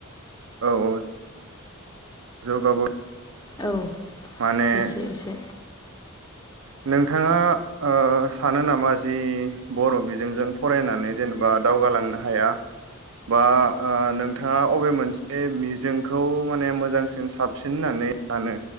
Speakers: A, on the right; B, on the left.
A: औ औ <unintelligible>
B: औ
A: माने
B: एसे एसे।
A: नोंथाङा ओ- सानो नामा जि बर' बिजोंजों फरायनानै जेनेबा दावगालांनो हाया बा ओ-नोंथाङा अबे मोनसे मिजोंखौ माने मोजांसिन साबसिन होननानै सानो